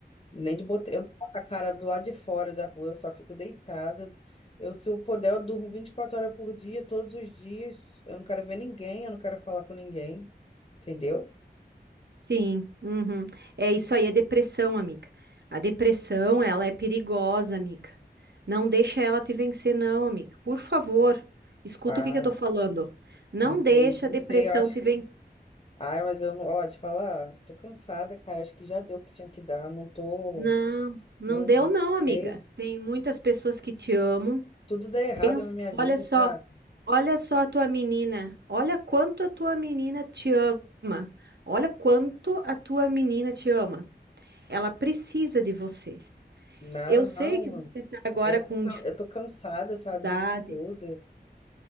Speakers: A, on the left (about 35°); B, on the right (about 75°).
A: nem de botar, eu não boto a cara do lado de fora da rua, eu só fico deitada. Eu, se eu puder, eu durmo 24 horas por dia, todos os dias. Eu não quero ver ninguém, eu não quero falar com ninguém, entendeu?
B: Sim, uhum. É isso aí, é depressão, amiga. A depressão, ela é perigosa, amiga. Não deixa ela te vencer, não, amiga. Por favor, escuta
A: Ah,
B: o que que eu tô falando. Não
A: não sei,
B: deixa
A: não
B: a depressão
A: sei, eu acho.
B: te vencer.
A: Ai, mas eu não, ó, te falar, tô cansada, cara, acho que já deu o que tinha que dar, não tô,
B: Não, não
A: não,
B: deu, não, amiga.
A: sei.
B: Tem muitas pessoas que te amam.
A: tudo dá errado
B: Pensa,
A: na minha vida,
B: olha só,
A: sabe?
B: olha só a tua menina. Olha quanto a tua menina te ama. Olha quanto a tua menina te ama. Ela precisa de você.
A: Não,
B: Eu
A: não.
B: sei que
A: mano.
B: você está agora
A: É, tô
B: com
A: can- eu tô cansada, sabe,
B: dificuldade,
A: disso tudo.